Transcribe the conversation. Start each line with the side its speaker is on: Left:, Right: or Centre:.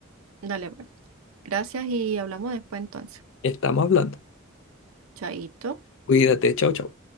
Right: Dale, pues. Gracias y hablamos después entonces.
Left: Estamos hablando.
Right: Chaito.
Left: Cuídate, chao, chao.